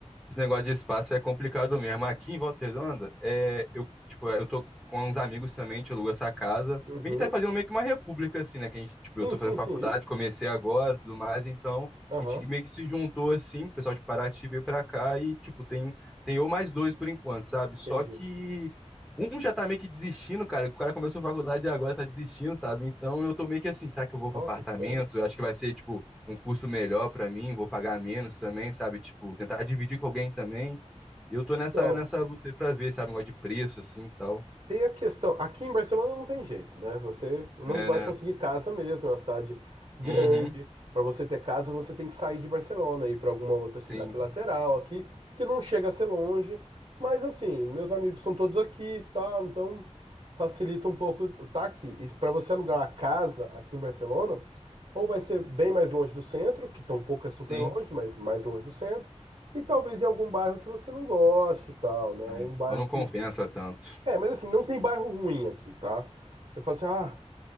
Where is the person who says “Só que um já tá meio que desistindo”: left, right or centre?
Centre